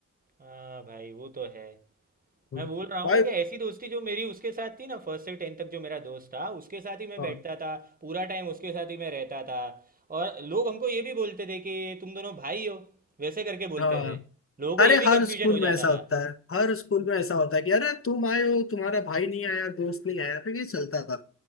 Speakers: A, on the right; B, on the left.
A: हाँ भाई वो तो है
B: हाँ।
A: मैं बोल रहा हूँ
B: भाई
A: ना कि ऐसी दोस्ती जो मेरी उसके साथ थी ना फर्स्ट से टेंथ तक जो मेरा दोस्त था उसके साथ ही मैं
B: हाँ
A: बैठता था पूरा टाइम उसके साथ ही मैं रहता था और लोग हमको ये भी बोलते थे कि तुम दोनों भाई हो वैसे करके बोलते
B: हाँ
A: थे लोगों को
B: अरे
A: ये भी
B: हर
A: कन्फ्यूजन
B: स्कूल
A: हो जाता
B: में ऐसा
A: था
B: होता है हर स्कूल में ऐसा होता है कि अरे तुम आए हो तुम्हारा भाई नहीं आया दोस्त नहीं आया तो ये चलता था